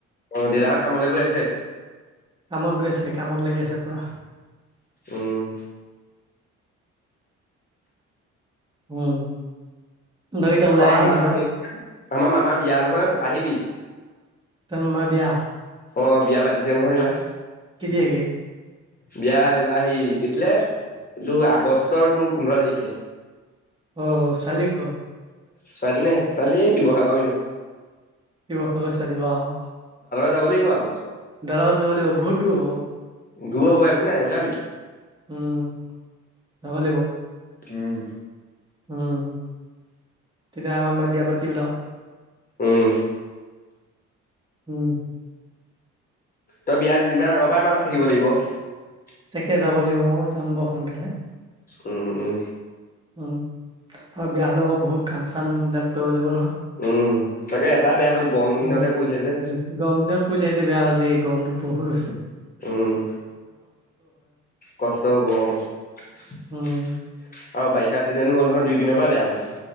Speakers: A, on the left; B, on the right.
A: অ দেউতাহঁত কামলৈ গৈ আছে।
B: কামত গৈ আছে কামত লাগি আছে পুৰা।
A: আহ
B: উম বাকী তই ওলাই
A: অ
B: আহিলি
A: আমাৰ
B: ঘৰৰ
A: ঘৰত
B: পৰা
A: হেৰি আমাৰ মামাৰ বিয়া নহয় আহিবি।
B: ত মামা বিয়া।
A: অ বিয়া পাতিছে নহয় এইবাৰ।
B: কেতিয়াাকে?
A: বিয়া এইবাৰ সে কৈছিলে এই তোৰ আগষ্টৰ তোৰ পোন্ধৰ তাৰিখে।
B: অ চালী ক।
A: ছোৱালী নে ছোৱালী কি বহা পাবিনো
B: শীবসাগৰ ছোৱালী লাউ।
A: যাব লাগিব আৰু।
B: দাৰা লগত যাব‌ লাগিব বহুত দূৰ।
A: ধুম ব একো নাই উলাবি।
B: উম যাব লাগিব।
A: উম
B: উম তেতিয়া আমাৰ ম বিয়া পাতি বলও।
A: উম
B: উম,
A: তই বিয়া দুদিনমান আগৰ পৰাই আমাৰ ঘৰত থাকিব লাগিব।
B: তাকে যাব লাগিব ময়ো যাম বাৰু সোনকালে।
A: উম, উম,
B: উম, আৰু বিয়া হলেও আকৌ বহুত কাম চাম বিলাক কৰিব লাগিব নহয়।
A: উম তাকে এটাই বেয়া হ'ল, দিনতে
B: গৰম দিনত
A: পৰিলে যে
B: পৰিলে সেইটো বেয়া হ'ল দেই গৰমতটো বহুত আছে।
A: উম কষ্ট হব অ। আৰু
B: উম,
A: বাৰিষা চিজনো হ'ল নহয় দুই পনৰ পৰা বেয়া হ'ল।